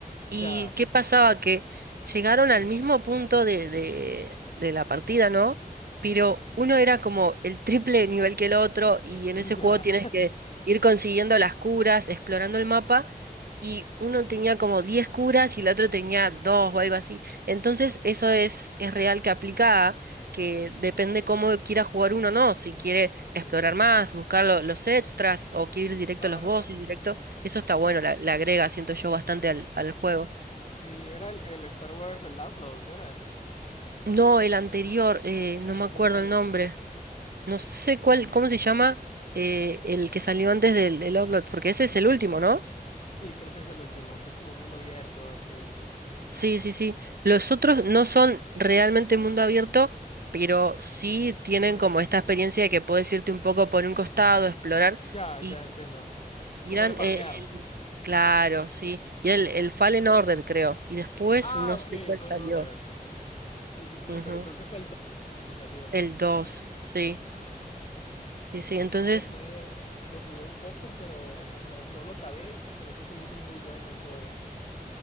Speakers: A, on the right; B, on the left.
A: ¿Y
B: Ya,
A: qué pasaba? Que llegaron al mismo punto de, de, de la partida, ¿no? Pero uno era como el triple de nivel que el otro y en
B: <laughs>
A: ese
B: ya.
A: juego tienes que ir consiguiendo las curas, explorando el mapa y uno tenía como 10 curas y el otro tenía dos o algo así. Entonces eso es, es real que aplica, que depende cómo quiera jugar uno, ¿no? Si quiere explorar más, buscar lo- los extras o quiere ir directo
B: Claro.
A: a los bosses, directo. Eso está bueno, la- le agrega, siento yo, bastante al, al juego.
B: Sí, era el, el Star Wars, el Outlaws, era.
A: No, el anterior, eh, no me
B: ¿Cu-
A: acuerdo
B: ¿Cuál
A: el
B: es?
A: nombre. No sé cuál, ¿cómo se llama? Eh, el que salió antes del, del Outlaw, porque ese es el último, ¿no?
B: Sí, creo que es el último, que es como mundo abierto, así.
A: Sí, sí, sí. Los otros no son realmente mundo abierto, pero sí tienen
B: Mm,
A: como esta experiencia de que puedes irte un poco por un costado, explorar,
B: ya,
A: y
B: ya entiendo.
A: irán,
B: Como de farmear.
A: eh, el- claro, sí. Y el, el Fallen Order, creo. Y después
B: Ah,
A: no
B: ok,
A: sé
B: el
A: cuál
B: Fallen
A: salió.
B: Order. Sí, sí, sí,
A: Ujú.
B: pero creo que fue el 2 el que salió,
A: El 2
B: el último.
A: sí.
B: Sí, sí.
A: Sí, sí,
B: Ese
A: entonces,
B: es bueno, eh. Lo jugué un poco, pero no, no lo acabé, pero sí se me hizo muy bueno el juego.